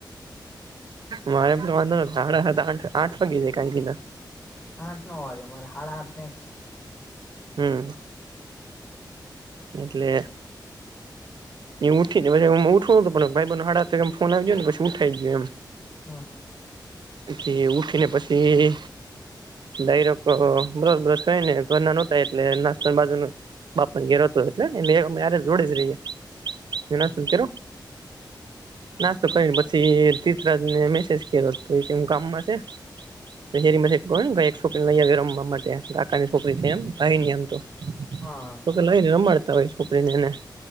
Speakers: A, on the right; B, on the left.
A: મારે પણ વાંધો સાડા હતા આ આઠ વાગે છે કી ના
B: આઠ ના વાગે મારે સાડાસાત ફિક્સ
A: હમ. એટલે એ ઉઠી ને પછે હુ ઉઠું પણ ભાઈબંધ નો હાડા હાત વાગ્યામાં ફોન આવીજયો ને પછી ઉઠાઈ ગયો એમ
B: હા હા
A: કે ઉઠીને પછી ડાયરેક બ્ર બ્રશા કરીયને ઘરના નહોતાાય એટલે નાસ્તાની બાજુ બાપાના ઘરે એટલે અરે જોડે જ રહીએે.
B: હા
A: નાસ્તો કે
B: હા
A: નાસ્તો કરીને પછી તીર્થરાજને મેસેજ કરલો હતો એ કેમ ગામમાં છે તો હેરી ગાયક છોકરીને લઈ આવી રમવા માટે કાકાની છોકરી થઈ એમ ભાઈ ની આમ તો
B: સારો
A: તો લાવીને રમાડતાં હોય છોકરીને